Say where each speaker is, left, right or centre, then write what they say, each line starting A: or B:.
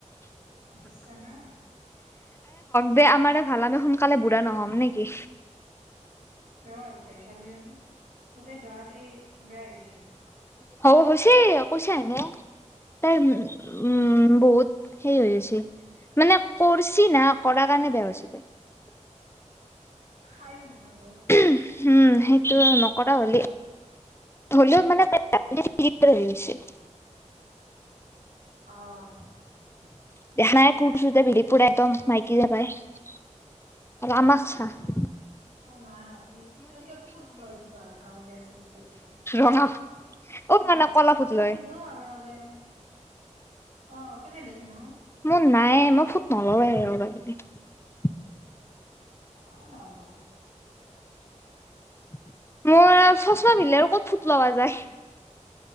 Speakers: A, on the right; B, on the left.
A: হাতীৰ ছানা
B: বেয়া আমাৰ ভাল আমি সোনকালে বুঢ়া নহম নেকি।
A: বেমাৰ হব টাইৰ চাবিছোন গোটেই গাৰ সেই বেয়া হৈ গেইছি
B: হ হৈছে কৈছে আকো <unintelligible> তাই উম বহুত সেই হৈ আছে মানে কৰছি না <unintelligible> <unintelligible> কৰা কাৰণে বেয়া হৈ হৈছে পায় <unintelligible>
A: <unintelligible> খাইয়ো নহয় <unintelligible>
B: <unintelligible> উম সেইটো নকৰা হ'লে হ'লেও মানে বে <unintelligible> ছে <unintelligible>
A: আহ <unintelligible>
B: <unintelligible> দেঊ নাই কোঠ চধা বিৰিপু এটো মাইতি যে পাই <unintelligible> ৰামা খ্যা <unintelligible>
A: অ মায়ে নকবি আৰু কিবা ফুট লয় কিবা গাঁৱলীয়া ছোৱালীৰ দৰে
B: ৰঙা অ
A: উম
B: নহয় নহয় কলা ফুট লয়
A: পিন্ধো মাজে মাজে অ কেনে দেখি ন
B: মোৰ নাই মই ফুট নল‌ওঁৱে ৰ বাগ <unintelligible>
A: অ নল‌ওঁ
B: <unintelligible> মোৰ চচমা পিন্ধিলে আৰু ক'ত ফুট লগা যায় <unintelligible>